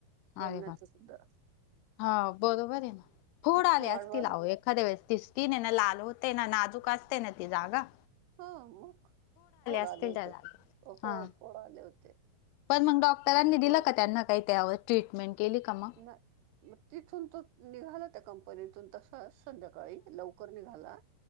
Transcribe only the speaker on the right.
बोलण्याच
सुद्धा
इतकं
वाढवा
हा मग फोड
आले होते
हो
फोड आले होते.
मग
नाय म तिथून तो निघाला त्या कंपनीतून तस ह संध्याकाळी लवकर निघाला